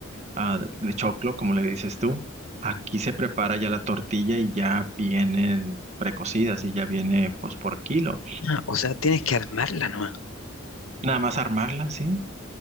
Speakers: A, on the right (about 35°); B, on the left (about 75°).
A: ah, de de choclo, como le dices tú. Aquí se prepara ya la tortilla y ya vienen precocidas y ya viene pues por kilo.
B: Ah, o sea, tienes que armarla nomás.
A: Nada más armarla, ¿sí?